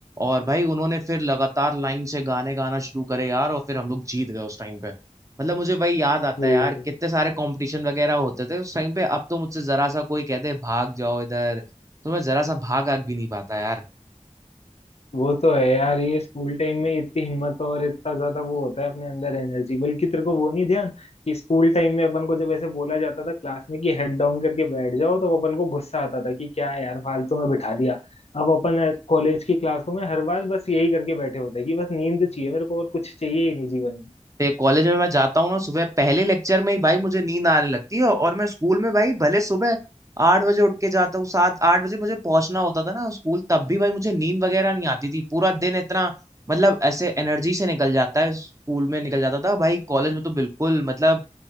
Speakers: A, on the right (about 25°); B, on the left (about 55°).
A: और भाई उन्होंने फिर लगातार लाइन से गाने गाना शुरू करे यार और फिर हम लोग जीत गए उस टाइम पे मतलब मुझे भाई याद आता
B: बिल्कुल
A: है यार कितने सारे कंपटीशन वगैरह होते थे उस टाइम पे अब तो मुझसे जरा सा कोई कहते भाग जाओ इधर तो मैं जरा सा भाग आग भी नहीं पाता यार
B: वो तो है यार ये स्कूल टाइम में इतनी हिम्मत और इतना ज्यादा वो होता है अपने अंदर एनर्जी बल्कि तेरे को वो नहीं ध्यान कि स्कूल टाइम में अपन को जब ऐसे बोला जाता था क्लास में कि हेड डाउन करके बैठ जाओ तो अपन को गुस्सा आता था कि क्या यार फालतू में बिठा दिया अब अपन कॉलेज की क्लासों में हर बार बस यही करके बैठे होते हैं कि बस नींद चाहिए मेरे को और कुछ चाहिए ही नहीं जीवन में
A: ये कॉलेज में मैं जाता हूँ ना सुबह पहले लेक्चर में ही भाई मुझे नींद आने लगती है और मैं स्कूल में भाई भले सुबह आठ बजे उठ के जाता हूँ सात आठ बजे मुझे पहुंचना होता था ना स्कूल तब भी भाई मुझे नींद वगैरह नहीं आती थी पूरा दिन इतना मतलब ऐसे एनर्जी से निकल जाता है स्कूल में निकल जाता था भाई कॉलेज में तो बिल्कुल मतलब